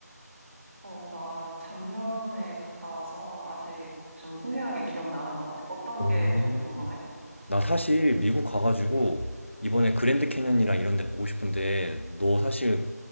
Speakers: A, on the right (about 50°); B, on the left (about 45°).
A: 어, 나 작년에 갔다 와서 아직 좀 생생하게 기억나는 것 같아. 어떤
B: 오.
A: 게 좀 궁금해?
B: 나 사실 미국 가가지고, 이번에 그랜드 캐년이랑 이런 데 보고 싶은데, 너 사실